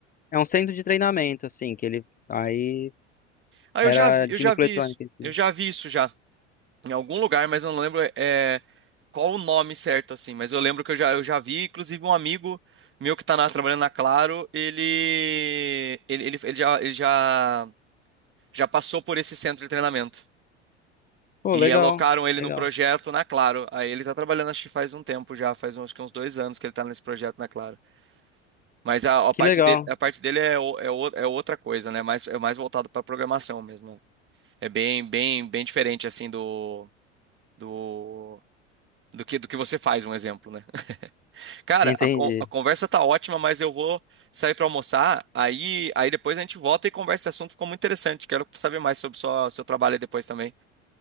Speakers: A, on the left; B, on the right.
A: é um centro de treinamento, assim, que ele. Aí
B: ah,
A: era
B: eu já vi,
A: de
B: eu já
A: microeletrônica,
B: vi isso.
A: assim.
B: Eu já vi isso já. em algum lugar, mas eu não lembro é, qual o nome certo, assim. Mas eu lembro que eu já, eu já vi, inclusive, um amigo meu que tá na- trabalhando na Claro, ele, ele, ele, ele já, ele já, já passou por esse centro de treinamento.
A: Pô,
B: E
A: legal,
B: alocaram ele
A: legal.
B: num projeto na Claro. Aí ele tá trabalhando, acho que faz um tempo já, faz uns, acho que uns dois anos que ele tá nesse projeto na Claro. Mas a, a
A: Que
B: parte
A: legal.
B: dele, a parte dele é, o- é, o- é outra coisa, né? Mais, é mais voltado para programação mesmo. né? É bem, bem, bem diferente, assim, do, do do que do que você faz, um exemplo, né? <laughs> Cara,
A: Entendi.
B: a, con- a conversa tá ótima, mas eu vou sair para almoçar, aí aí depois a gente volta e conversa esse assunto, ficou muito interessante. Quero saber mais sobre sua, seu trabalho aí depois também.